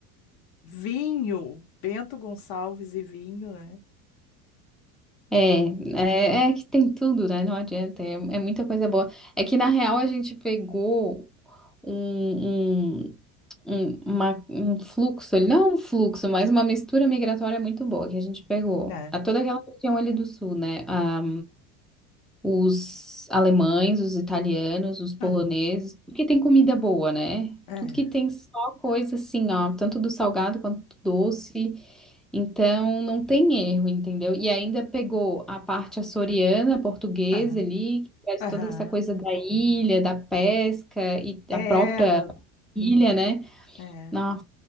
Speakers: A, on the left; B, in the centre.
A: Vinho, Bento Gonçalves e vinho, né?
B: É, é, é que tem tudo, né? Não adianta, é, é muita coisa boa. É que na real a gente pegou um, um, um, uma- um fluxo, ali- não um fluxo, mas uma mistura migratória muito boa que a gente pegou.
A: É,
B: A toda aquela região ali do sul, né? Ah, os alemães, os italianos, os poloneses,
A: aham,
B: tudo que tem comida boa, né?
A: é,
B: Tudo que tem só coisa assim, ó, tanto do salgado quanto do doce. Então não tem erro, entendeu? E ainda pegou a parte açoriana, portuguesa
A: aham,
B: ali, que traz
A: aham.
B: toda essa coisa da ilha, da pesca e
A: É,
B: a própria
A: da,
B: ilha, né?
A: é.
B: Nossa,